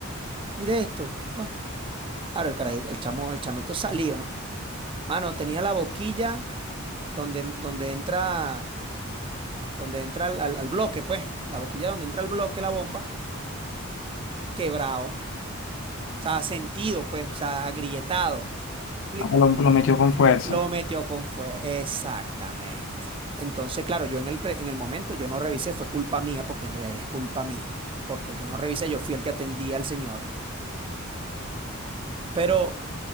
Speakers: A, on the right (about 25°); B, on the left (about 60°).
A: mire esto. Ah, Ahora el carajito, el chamo, el chamito salió, ¿no? Mano, tenía la boquilla donde, donde entra donde entra al, al- al bloque, pues, la boquilla donde entra el bloque, la bomba, quebrado, o sea, sentido, pues, o sea, agrietado, ¿explico?
B: Ah, Lo, lo metió con fuerza.
A: Lo metió con fuego, exactamente. Entonces, claro, yo en el, pre- en el momento yo no revisé, fue culpa mía, porque en realidad es culpa mía, porque yo no revisé, yo fui el que atendía al señor, pero, o